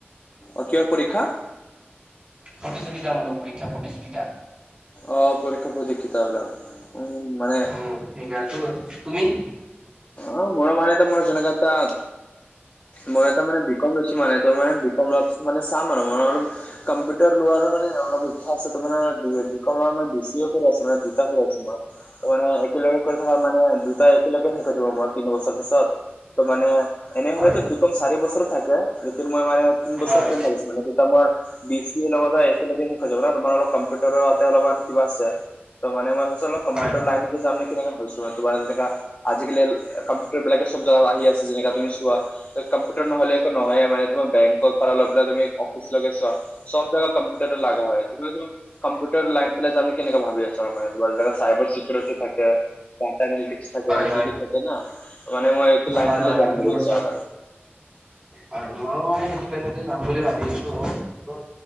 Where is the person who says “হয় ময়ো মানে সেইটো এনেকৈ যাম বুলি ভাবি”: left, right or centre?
Right